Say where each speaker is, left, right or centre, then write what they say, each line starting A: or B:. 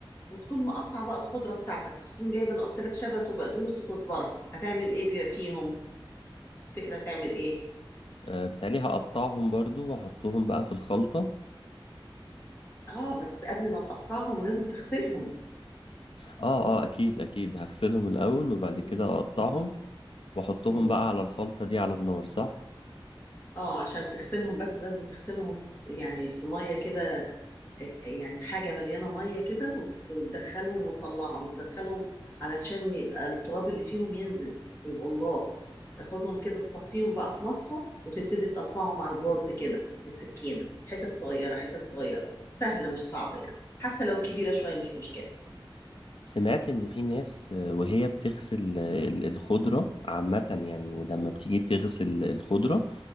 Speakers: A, on the left; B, on the left.
A: وتكون مقطع بقى الخضرة بتاعتك تكون جايبة انا قلت لك شبت وبقدونس وكزبرة هتعمل ايه بيبقى فيهم تفتكر هتعمل ايه
B: أه بتهيألي هقطعهم برضو وأحطهم بقى في الخلطة
A: اه بس قبل ما تقطعهم لازم تغسلهم
B: آه آه أكيد أكيد هغسلهم الأول وبعد كده
A: مم.
B: أقطعهم
A: مم.
B: وأحطهم
A: مم.
B: بقى على الخلطة دي على النار صح؟
A: اه عشان تغسلهم بس لازم تغسلهم يعني في ميه كده يعني حاجه مليانه ميه كده وت- وتدخلهم وتطلعهم تدخلهم علشان يبقى التراب اللي فيهم ينزل ويبقوا نضاف تاخدهم كده تصفيهم بقى في مصفى وتبتدي تقطعهم على البورد كده بالسكينه حتت صغيره حتت صغيره سهله مش صعبه يعني حتى لو كبيره شويه مش مشكله
B: سمعت إن في ناس آه، وهي بتغسل آه، ال- الخضرة عامة يعني ولما بتيجي تغسل الخضرة